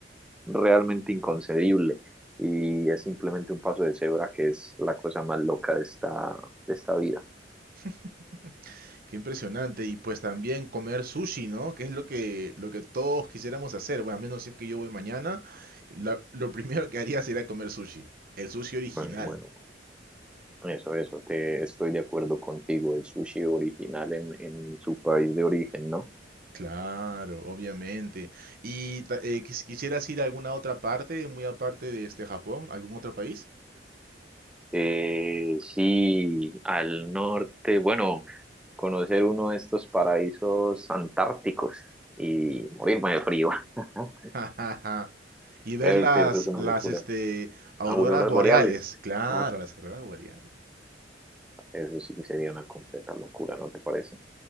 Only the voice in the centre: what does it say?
realmente inconcebible y es simplemente un paso de cebra que es la cosa más loca de esta, de esta vida.
Bueno, bueno, eso, eso, te estoy de acuerdo contigo, el sushi original en, en su país de origen, ¿no?
Eh, sí, al norte, bueno, conocer uno de estos paraísos antárticos y morirme de frío. <laughs>
Creo
que eso es una
locura.
Auroras
boreales,
¿no?
Eso sí que sería una completa locura, ¿no te parece?